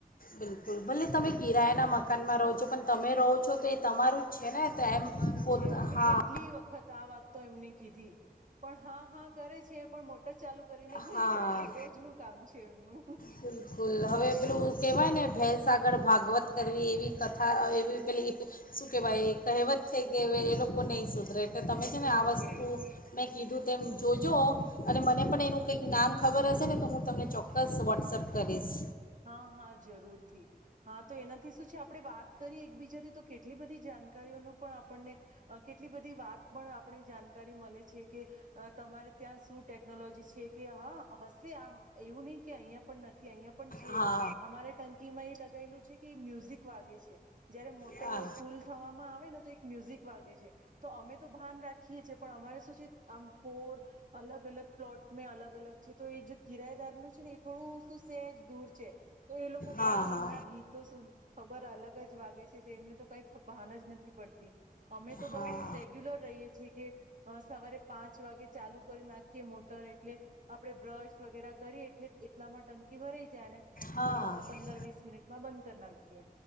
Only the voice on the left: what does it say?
બિલકુલ ભલે તમે કિરાયાના મકાનમાં રહો છો પણ તમે રહો છો તો એ તમારું જ છે ને તો એમ
પોત
હા
હા
બિલકુલ હવે પેલું કહેવાય ને ભેંસ આગળ ભાગવત કરવી એવી કથા એવી પેલી શું કેવાય કહેવત છે કે એ લોકો કો નઈ સુધરે. એ તમે છે
ને આ વસ્તુ મેં કીધું. તેમ જોજો અને મને પણ એનું કંઈક નામ ખબર હશે ને તો હું તમને ચોક્કસ વોટ્સઅપ કરીશ.
હા
હા
હા
હા
હા
હા